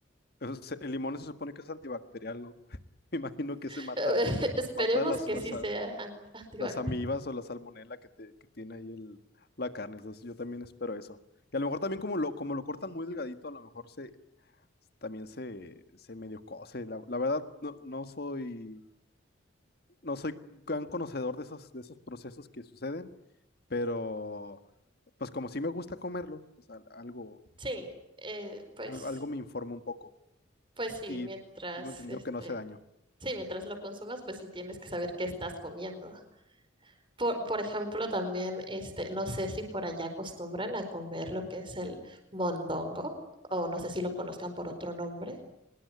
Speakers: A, on the left; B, on the right.
A: <laughs> el limón se supone que es antibacterial, ¿no? <laughs> me imagino que se
B: <laughs>
A: mata,
B: Esperemos
A: mata las,
B: que
A: las,
B: sí sea
A: a-
B: an- antivax.
A: las amibas o la salmonela que, te- que tiene ahí el, la carne. Entonces yo también espero eso. Y a lo mejor también como lo, como lo cortan muy delgadito, a lo mejor se también se, se medio cose. La, la verdad, no, no soy, no soy gran conocedor de esos, de esos procesos que suceden, pero pues como sí me gusta comerlo, pues al- algo,
B: Sí, eh, pues,
A: algo, algo me informa un poco.
B: pues sí,
A: Y
B: mientras
A: tengo entendido
B: este,
A: que no hace daño.
B: sí, mientras lo consumas, pues sí tienes que saber qué estás comiendo. Por, por ejemplo, también, este, no sé si por allá acostumbran a comer lo que es el mondongo, o no sé si lo conozcan por otro nombre.